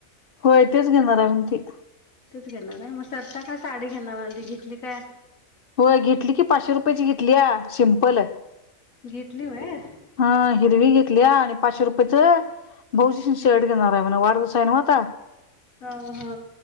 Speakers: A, on the left; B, on the left.
A: होय, तेच घेणार आहे म ती.
B: घेणार मग सरसा काय साडी घेणार म्हणालती घेतली काय?
A: होय घेतली की, पाचशे रुपयाची घेतली या सिम्पल
B: घेतली व्हय.
A: हा हिरवी घेतलीया आणि पाचशे रुपयच भाऊजीसनी शर्ट घेणार हाय म्हण, वाढदिवस हाय न्हव आता.
B: हा हा.